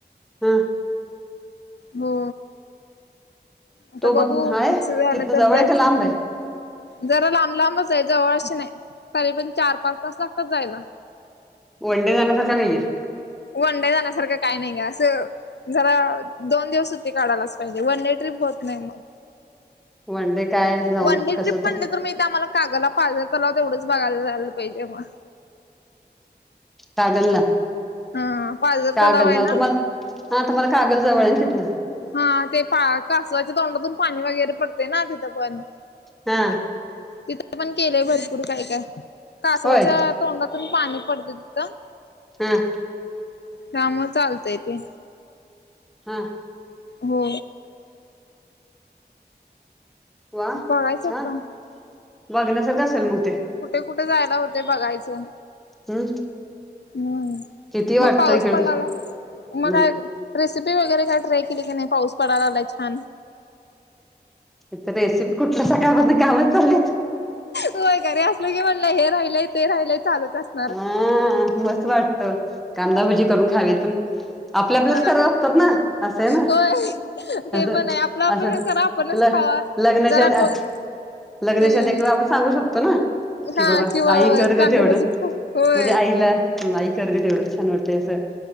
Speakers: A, in the centre; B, on the left.
A: हा
B: हो. आता
A: तो मग
B: बघू
A: हाय
B: फिक्स झालं
A: तिथनं
B: तर
A: जवळ
B: जायचं.
A: आहे का लांब आहे
B: जरा लांब लांबच हाय जवळ अशे नाही तरी पण चार पाच तास लागतात जायला.
A: वन डे जाण्यासारखा नाही हाय?
B: वन डे जाण्यासारखं काय नाही असं. जरा दोन दिवस सुट्टी काढायलाच पाहिजे वन डे ट्रीप होत नाही मग.
A: वनडे काय जाऊन
B: वनडे
A: कसं
B: ट्रिप म्हटलं
A: ते
B: तर इथं आम्हाला कागलला पाझर तलाव तेवढंच बघायला जायला पाहिजे मग.
A: कागलला.
B: हा पाझर
A: कागल
B: तलाव आहे
A: हा
B: ना.
A: तुम्हाला हा तुम्हांला कागल जवळ आहे तिथं न.
B: हा ते पा कासवाच्या तोंडातून पाणी वगैरे पडते ना तिथं पण
A: हा,
B: तिथं पण केलंय भरपूर काय काय कासवाच्या.
A: होय
B: तोंडातून पाणी पडतंय तिथं.
A: ह,
B: त्यामुळं चालतंय ते.
A: हा,
B: हो,
A: वा
B: बघायचं
A: छान
B: आता
A: बघण्यासारखं असलं मग ते.
B: कुठे कुठे जायला होतंय बघायचं.
A: हम्
B: होय
A: किती वाटतं
B: मग पाऊस
A: इकडे
B: पडाला मग
A: नाही
B: काय. रेसिपी वगैरे काय ट्राय केली की नाही पाऊस पडाय लागलाय छान.
A: इथं रेसिपी कुठलं सकाळपासन कामच चालेत.
B: होय घरी असलं की म्हणलं हे राहिलय ते राहिलय चालूच असत.
A: आ मस्त वाटतं कांदाभजी करून खावीेतून. आपल्या आपल्याच
B: हा
A: करावं लागतात ना असं आहे ना
B: होय ते
A: असं
B: पण आहे आपलं आपणच
A: असं आपलं.
B: करा आपणच खावा.
A: लग्नांच्या
B: जरा
A: आधी
B: कोण
A: आ. लग्नाच्या
B: हम्म
A: आधी एखादवेळेला आपण सांगू शकतो ना कि
B: हा
A: बाबा
B: किंवा
A: आई कर
B: कांदे
A: ग तेवढं.
B: भाजी होय.
A: म्हणजे आईला आई कर ग तेवढं छान वाटतंय असं.